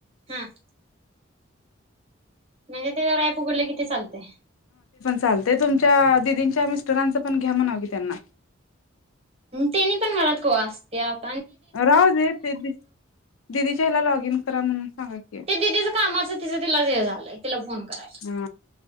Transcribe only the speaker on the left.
चालय तुमच्याच्या दीदींच्या मिस्टरांच पण घ्या म्हणाव कि त्यांना
राहूदे ते दिदी हयाला लॉगिन कर करा म्हणून सांगा की
हा